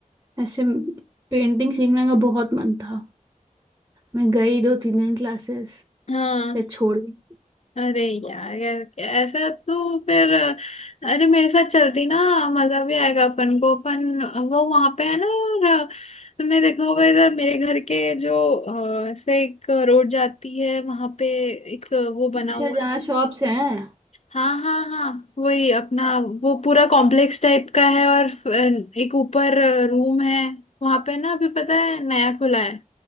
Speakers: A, on the right; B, on the left.
A: ऐसे पेंटिंग सीखने का बहुत मन था मैं गई दो तीन दिन क्लासेस
B: हाँ
A: फिर छोड़ दी
B: अरे यार यार, ऐसा तो फिर अरे मेरे साथ चलती ना मजा भी आएगा अपन को अपन वो वहां पे है ना और तुमने देखा होगा इधर मेरे घर के जो अ, ऐसे एक रोड जाती है वहां पे एक वो
A: अच्छा
B: बना हुआ
A: जहाँ शॉप्स हैं
B: हाँ हाँ हाँ वही अपना वो पूरा कॉम्प्लेक्स टाइप का है और अ, एक ऊपर रूम है वहां पे ना अभी पता है नया खुला है